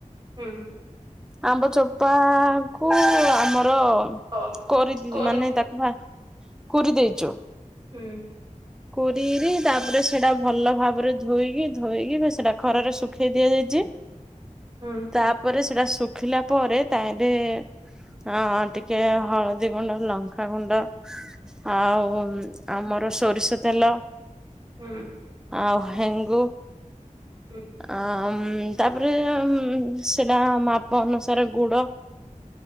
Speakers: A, on the right (about 35°); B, in the centre.
A: ହୁଁ।
B: ଆମ୍ବ ଚୋପା କୁ ଆମର
A: ହଉ
B: କରିବି
A: କରିଦିଅ।
B: ମାନେ ତାକୁ ଫା କୁରି ଦେଇଛ।
A: ହୁଁ।
B: କୋରିରି ତାପରେ ସେଟା ଭଲ ଭାବରେ ଧୋଇକି ଧୋଇକି ସେଟା ଖରାରେ ଶୁଖେଇ ଦିଆଯାଇଚି।
A: ଦୁଁ।
B: ତାପରେ ସେଟା ଶୁଖିଲା ପରେ ତାହିରେ ହଁ ଟିକେ ହଳଦୀ ଗୁଣ୍ଡ ଲଙ୍କାାଗୁଣ୍ଡ ଆଉ ଆମ ଆମର ସୋରିଷ ତେଲ
A: ହୁଁ
B: ଆଉ ହେଙ୍ଗୁ
A: ହୁଁ।
B: ଆ ତାପରେ ସେଟା ମାପ ଅନୁସାରେ ଗୁଡ